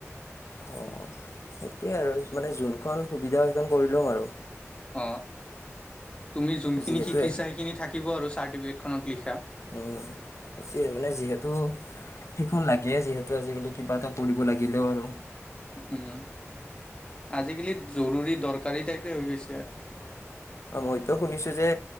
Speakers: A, on the left (about 70°); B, on the left (about 25°).
A: অহ। সেইটোয়ে আৰু মানে যোনখন সুবিধা সেইখন কৰি লম আৰু।
B: অহ' তুমি যোনখিনি
A: যিহেতুৱে
B: শিকিছা সেইখিনি থাকিব আৰু চাৰ্টিফিকেটখনত লিখা।
A: অহ' <unintelligible> মানে যিহেতু সেইখন লাগেই যিহেতু আজিকালি কিবা এটা কৰিব লাগিলেও আৰু।
B: উম' আজিকালি জৰুৰী দৰকাৰী টাইপে হৈ গৈছে আৰু।
A: মইতো শুনিছো যে